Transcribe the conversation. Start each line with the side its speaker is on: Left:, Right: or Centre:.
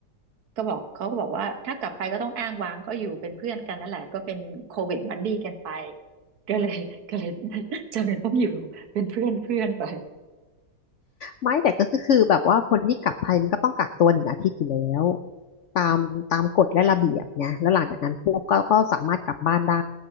Right: ก็บอกเขาก็บอกว่าถ้ากลับไปก็ต้องอ้างว้างก็อยู่เป็นเพื่อนกันนั่นแหละก็เป็นโควิดบัดดี้กันไปก็เลยก็เลย <laughs> จำเป็นต้องอยู่เป็นเพื่อนเพื่อนไป
Left: ไม่แต่ก็คือคือแบบว่าคนที่กลับไทยมันก็ต้องกักตัวหนึ่งอาทิตย์อยู่แล้วตามตามกฎและระเบียบไงแล้วหลังจากนั้นพวกก็ก็สามารถกลับบ้านได้